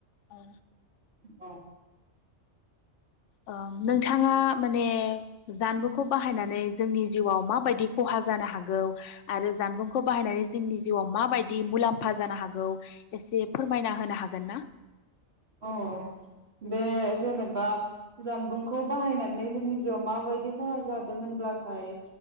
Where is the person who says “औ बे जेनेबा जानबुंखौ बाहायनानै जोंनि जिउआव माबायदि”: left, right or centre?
Right